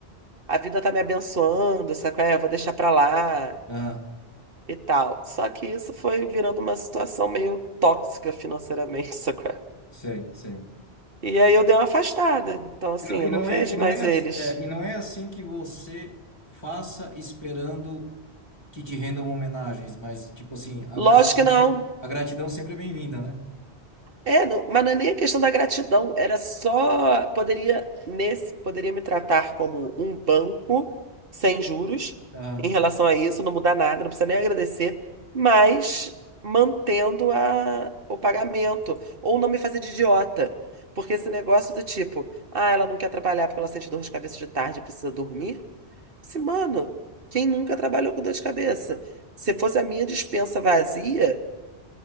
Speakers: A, on the right; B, on the left.
A: a vida tá me abençoando, sabe qual é? Eu vou deixar pra lá
B: Ah,
A: e tal. Só que isso foi virando uma situação meio tóxica financeiramente, <laughs> sabe qual é?
B: sei, sei.
A: E aí eu dei uma afastada. Então assim,
B: E não,
A: eu
B: e não
A: não vejo
B: é, e não
A: mais
B: é, ass-
A: eles.
B: é, e não é assim que você faça esperando que te rendam homenagens, mas, tipo assim, a
A: Lógico
B: gratidão,
A: que não.
B: se- a gratidão sempre é bem-vinda, né?
A: É, não- mas não é nem a questão da gratidão, era só poderia nesse poderia me tratar como um banco sem juros
B: Ah,
A: em relação a isso, não mudar nada, não precisa nem agradecer, mas mantendo a, o pagamento ou não me fazer de idiota, porque esse negócio do tipo, ah, ela não quer trabalhar porque ela sente dor de cabeça de tarde, e precisa dormir. Se, mano, quem nunca trabalhou com dor de cabeça? Se fosse a minha despensa vazia,